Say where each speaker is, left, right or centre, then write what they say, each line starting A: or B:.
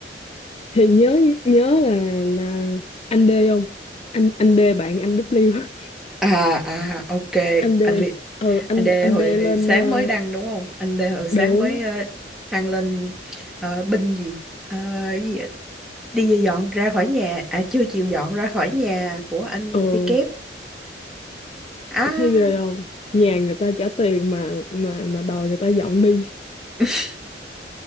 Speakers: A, on the left; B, in the centre.
A: Thì nhớ nhớ là, là anh D không? Anh anh D bạn anh W,
B: à à ok
A: <laughs> anh
B: anh
A: D.
B: Li-
A: Ừ anh
B: anh Đê
A: anh
B: hồi
A: D lên
B: sáng
A: ờ,
B: mới đăng đúng không anh Đê hồi sáng
A: đúng.
B: mới ờ, đăng lên ờ, binh gì Ờ, cái gì ạ? đi về dọn ra khỏi nhà à chưa chịu dọn ra khỏi nhà của anh
A: Ừ
B: với kép à
A: Thấy ghê không? Nhà người ta trả tiền mà mà mà đòi người ta dọn đi.
B: <laughs>